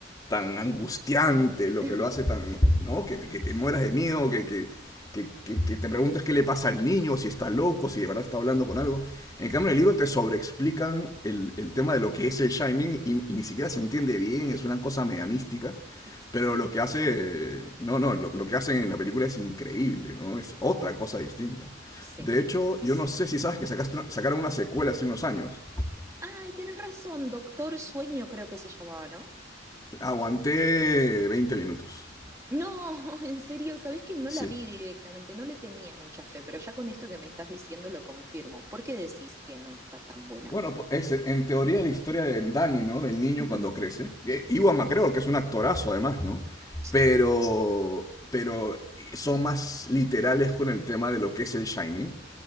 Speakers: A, on the left; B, on the right.
A: tan angustiante, lo
B: <laughs>
A: que lo hace tan, ¿no? Que, que te mueras de miedo, que, que, que, que que te preguntas qué le pasa al niño, si está loco, si de verdad está hablando con algo. En cambio, en el libro te sobreexplican el, el tema de lo que es el Shining y, y ni siquiera se entiende bien, es una cosa media mística.
B: exacto,
A: Pero lo que hace, no, no, lo, lo que hacen en la película es increíble, ¿no? Es otra cosa distinta.
B: sí.
A: De hecho, yo no sé si sabes que sacaste una- sacaron una secuela hace unos años.
B: Ay, tienes razón, Doctor Sueño creo que se llamaba, ¿no?
A: Aguanté 20 minutos.
B: No, <laughs> en serio, ¿sabés que no
A: Sí.
B: la vi directamente? No le tenía mucha fe, pero ya con esto que me estás diciendo lo confirmo. ¿Por qué decís que no está tan buena?
A: Bueno, pues, es en teoría la historia de Danny, ¿no? Del niño
B: Ujú,
A: cuando crece. Que Ewan McGregor, que es un actorazo además, ¿no?
B: <clears throat>
A: Pero,
B: Sí.
A: pero son más literales con el tema de lo que es el Shining.